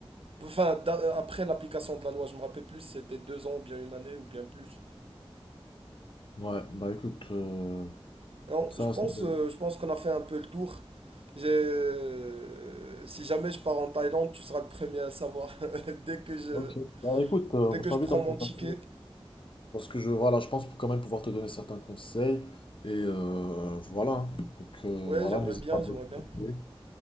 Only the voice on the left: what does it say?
Ouais, bah écoute, euh,
pour ça,
c'est vrai.
Ok, bah écoute, euh,
je t'invite
à me
contacter.
Parce que je, voilà, je pense quand même pouvoir te donner certains conseils. Et euh, voilà, hein. donc euh,
voilà,
n'hésite
pas à me
contacter.